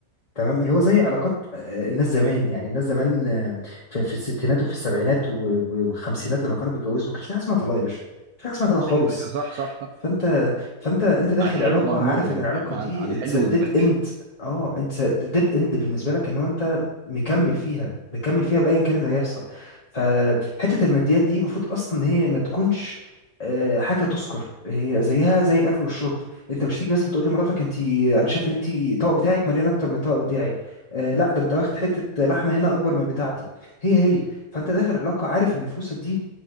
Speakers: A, on the left (about 30°); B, on the right (about 80°).
A: تمام اللي هو زي علاقات آه، الناس زمان يعني الناس زمان آه، في في الستينات وفي السبعينات و- و- والخمسينات لما كانوا بيتجوزوا ما كانش في حاجه اسمها طلاق يا باشا ما كانش في حاجه اسمها طلاق خالص
B: ايوه ايوه صح صح صح
A: فانت فانت انت داخل
B: على الحلو
A: علاقه
B: وعلى
A: عارف
B: المر يعني
A: ان العلاقه
B: فاهم على
A: دي
B: على
A: it's
B: الحلو
A: a
B: والوحش
A: dead end اه it's a dead end بالنسبه لك ان هو انت مكمل فيها مكمل فيها بايا كان اللي هيحصل فحته الماديات دي المفروض اصلا إن هي ما تكونش آه، حاجه تذكر هي زيها زي الاكل والشرب انت مش تيجي مثلا تقول لمراتك انت انا شايف ان انت الطبق بتاعك مليان اكتر من الطبق بتاعي آه لا ده انت واخد حته لحمه هنا اكبر من بتاعتي هي هي فانت داخل علاقه عارف ان فلوسك دي